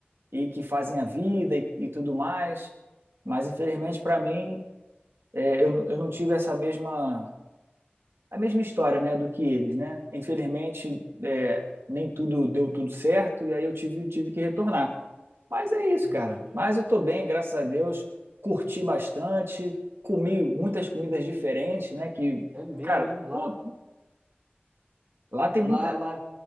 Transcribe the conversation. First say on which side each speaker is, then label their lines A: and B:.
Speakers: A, on the right; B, on the right.
A: E que fazem a vida e, e tudo mais. Mas, infelizmente, para mim, é, eu, eu não tive essa mesma a mesma história, né, do que eles, né? Infelizmente, é, nem tudo deu tudo certo e aí eu tive, tive que retornar. Mas é isso,
B: entendi.
A: cara. Mas eu tô bem, graças a Deus. Curti bastante, comi muitas comidas diferentes, né? Que,
B: É mesmo,
A: cara,
B: né? Lá,
A: pô, lá tem
B: Lá,
A: muita.
B: lá,